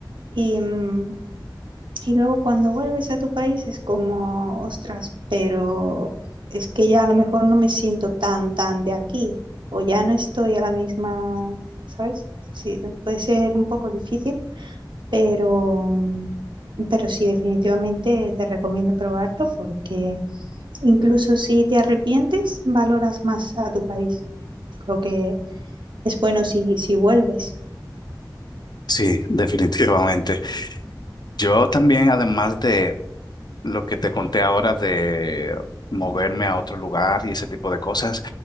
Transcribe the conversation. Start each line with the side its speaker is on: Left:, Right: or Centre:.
Right: y, mm, y luego cuando vuelves a tu país es como, ostras, pero es que ya a lo mejor no me siento tan, tan de aquí, o ya no estoy a la misma, ¿sabes? Sí, puede ser un poco difícil, pero, mm, pero sí, definitivamente te recomiendo probarlo porque incluso si te arrepientes, valoras más a tu país, por lo que es bueno si, si vuelves,
Left: Sí, <laughs> definitivamente. Yo también, además de lo que te conté ahora de moverme a otro lugar y ese tipo de cosas.